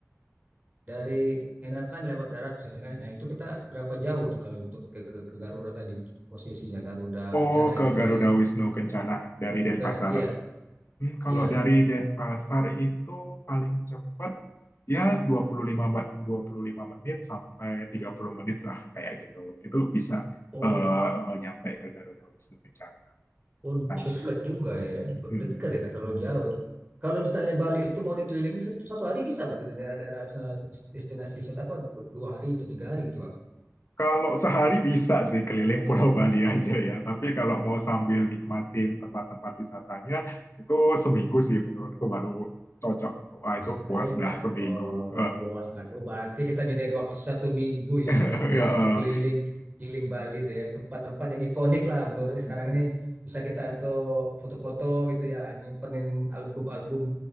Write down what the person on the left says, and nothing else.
Oh, ke
Garuda
Wisnu Kencana dari Denpasar.
Hmm, kalau
dari Denpasar itu paling cepat ya dua puluh lima menit sampai 30 menit lah kayak gitu. Itu bisa
uh, nyampe ke Garuda Wisnu Kencana.
Kan?
Hmm.
Kalau sehari bisa sih keliling Pulau Bali aja ya, tapi kalau mau sambil nikmatin tempat-tempat wisatanya itu seminggu sih menurutku baru cocok. Wah itu
puas
dah
seminggu.
<laughs>
ya
eh.